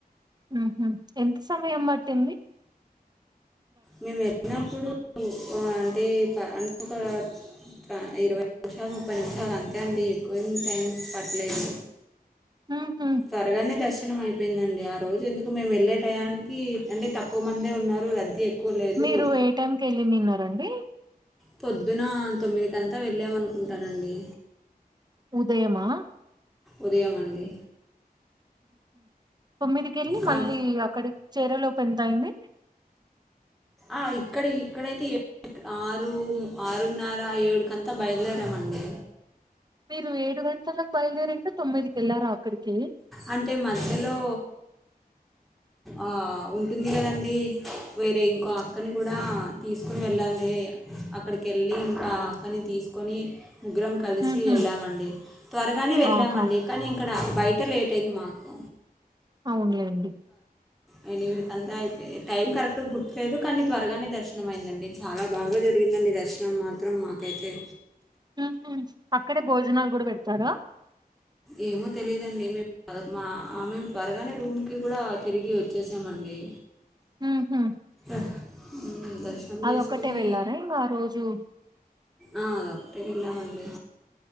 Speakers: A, on the right (about 25°); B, in the centre.
A: ఉహ ఎంత సమయం మట్టింది
B: మేము వెళ్ళినప్పుడు అంటే ఆ క ఒక ఇరవై నిమిషాలు ముప్పై నిమిషాలు అంతే అండి ఎక్కువెం టైం పట్టలేదు
A: ఉహు
B: త్వరగానే దర్శనం అయిపో అయిపోయిందండి ఆ రోజు ఎందుకు మేము వెళ్ళే టయానికి అంటే తక్కువ మందే ఉన్నారు రద్దీ ఎక్కువ లేదు
A: మీరు ఏ టైంకి వెళ్ళినిన్నారండి
B: పొద్దున తొమ్మిది గంటలకు వెళ్ళామనుకుంటానండి
A: ఉదయమా
B: ఉదయమండి
A: తొమ్మిదికిెళ్ళి
B: కా
A: మళ్ళీ అక్కడి చెరేలోప్ ఎంత అయింది
B: ఆ ఇక్కడ ఇక్కడైతే ఏ ఆరు ఆరున్నర ఏడుకంతా బయలుదేరామండి
A: మీరు ఏడు గంటలకు బయలుదేరి అంటే తొమ్మిైదికి వెళ్లారా అక్కడికి
B: అంటే మధ్యలో
A: <inaudible>
B: ఆ ఉంటుంది కదండి వేరే ఇంకో అక్కని కూడా తీసుకుని వెళ్ళాలి అక్కడికి వెళ్ళి ఇంకా అక్కని తీసుకొని ముగ్గురం కలిసి
A: ఉహు
B: వెళ్ళామండి త్వరగానే వెళ్ళామండి
A: ఆహా
B: కానీ ఇక్కడ బయట లే టెన్మాకు
A: అవునులే అండి
B: అయినవరికంతా అయి టైమ్ కరెక్ట్ గుర్త్లేదు కానీ త్వరగానే దర్శనం అయిందండి చాలా బాగా జరిగింది దర్శనం మాత్రం మాకైతే
A: ఉహూ అక్కడే భోజనాలు కూడా పెడతారా
B: ఏమో తెలిదండి మే ఆ మేము త్వరగానే రూమ్ కి కూడా తిరిగి వచ్చేసామండి
A: ఉహు
B: <inaudible>
A: అది
B: చేసుకొని
A: ఒక్కటే వెళ్లారా ఇగ ఆ రోజు
B: ఆ అదొక్కటే వెళ్ళమండి